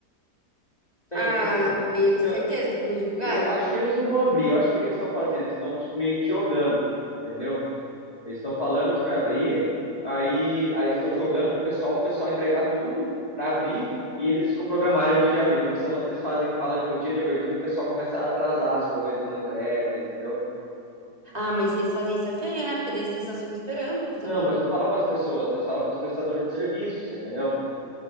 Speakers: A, on the left; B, on the right.
A: Tá
B: Ah,
A: entendendo?
B: mas eles,
A: Então,
B: certeza que não divulgaram?
A: eu acho que eles não vão abrir. Eu acho que o que eles estão fazendo? Eles estão tipo, meio que jogando, entendeu? Eles estão falando que vai abrir, aí, aí eles estão jogando com o pessoal, o pessoal entregar tudo para abrir, e eles programaram o dia de abrir, porque senão se eles fazem que falam que é o dia de abertura, o pessoal começa a atrasar as coisas, não entrega, entendeu?
B: Ah, mas se eles fazem isso é feio, né? Porque daí as pessoas ficam esperando também.
A: Não, mas eu falo para as pessoas, mas fala para os prestadores de serviços, entendeu?